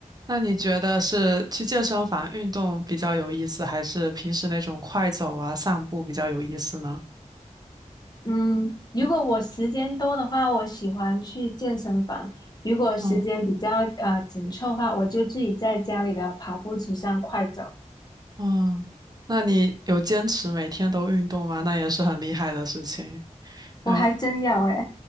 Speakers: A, on the right; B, on the left.
A: 那你觉得是去健身房运动比较有意思，还是平时那种快走啊、散步比较有意思呢？
B: 嗯，如果我时间多的话，我喜欢去健身房；如果时间比较呃紧凑的话，
A: 嗯。
B: 我就自己在家里的跑步机上快走。
A: 嗯，那你有坚持每天都运动吗？那也是很厉害的事情。
B: 我还真有诶，
A: 因为